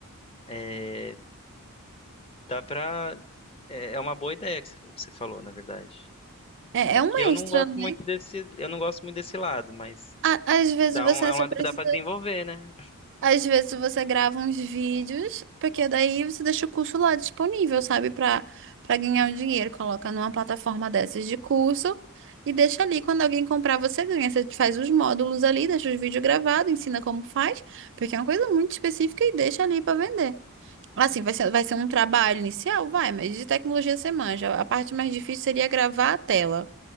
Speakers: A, on the left; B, on the right.
A: é, dá pra é, é uma boa ideia que você- o que você falou, na verdade.
B: É,
A: É
B: é
A: que
B: um
A: eu
B: extra,
A: não gosto
B: né?
A: muito desse, eu não gosto muito desse lado, mas
B: A- Às vezes
A: Dá
B: você
A: um, é um
B: só
A: lado
B: precisa.
A: que dá pra desenvolver, né?
B: Às vezes você grava uns vídeos, porque daí você deixa o curso lá disponível, sabe? Pra, pra ganhar o dinheiro. Coloca numa plataforma dessas de curso e deixa ali. Quando alguém comprar, você ganha. Você faz os módulos ali, deixa os vídeos gravados, ensina como faz, porque é uma coisa muito específica e deixa ali pra vender. Assim, vai ser, vai ser um trabalho inicial? Vai, mas de tecnologia você manja. A parte mais difícil seria gravar a tela.